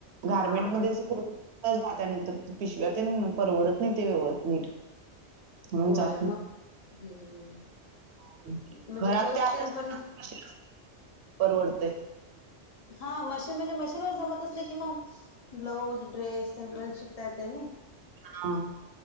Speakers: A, on the right; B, on the left.
A: गारमेंट
B: हा हा
A: मध्ये च तर जात्या नाहितर पिशव्या तेन परवडत नाही ते व्यव नीट म्हणून
B: होय
A: जात नाही
B: मग हम्म म्हणजे
A: घरात
B: ब्लाऊज
A: ते आपल
B: तेन
A: मशीन
B: पण
A: असते परवडतय
B: हा मशीन म्हणजे मशीन वर जमत असले की मग ब्लाऊज ड्रेस सगळ शिकता येतय नी
A: हा